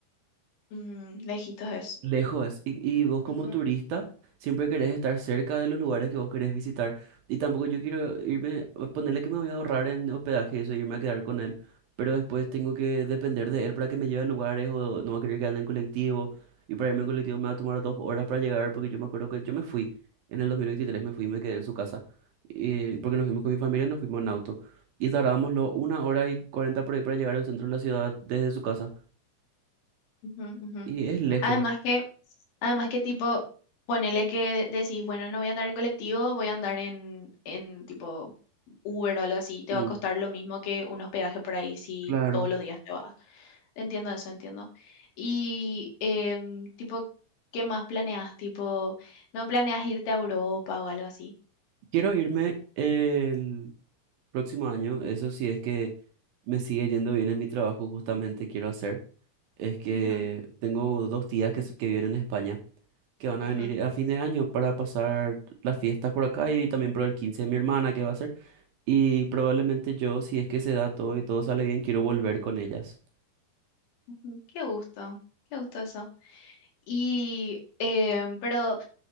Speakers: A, on the left; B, on the right.
A: Mm, lejitos es.
B: Lejos, y, y vos como
A: Ujú,
B: turista siempre querés estar cerca de los lugares que vos querés visitar. Y tampoco yo quiero irme, ponerle que me voy a ahorrar en hospedaje y eso, irme a quedar con él. Pero después tengo que depender de él para que me lleve a lugares o no va a querer que ande en colectivo. Y para irme en colectivo me va a tomar dos horas para llegar porque yo me acuerdo que yo me fui en el 2023 me fui y me quedé en su casa. eh, porque nos fuimos con mi familia y nos fuimos en auto. Y tardábamos lo- una hora y cuarenta por ahí para llegar al centro de la ciudad desde su casa.
A: ujú, ujú, ujú.
B: Y es lejos.
A: Además que, además que tipo, ponele que decís, bueno, no voy a andar en colectivo, voy a andar en, en tipo Uber o algo así, te
B: Mm,
A: va a costar lo mismo que un hospedaje por ahí si
B: claro.
A: todos los días te vas. Entiendo eso, entiendo. Y em, tipo, ¿qué más planeas? Tipo, ¿no planeas irte a Europa o algo así?
B: Quiero irme el próximo año, eso sí es que me sigue yendo bien en mi trabajo, justamente quiero hacer, es que
A: Ujú,
B: tengo dos tías que, s- que viven en España, que van
A: ujú,
B: a venir a fin de año para pasar las fiestas por acá y también por el 15 de mi hermana que va a ser, y probablemente yo, si es que se da todo y todo sale bien, quiero volver con ellas.
A: ujú. Qué gusto, qué gusto eso. Y, em, pero,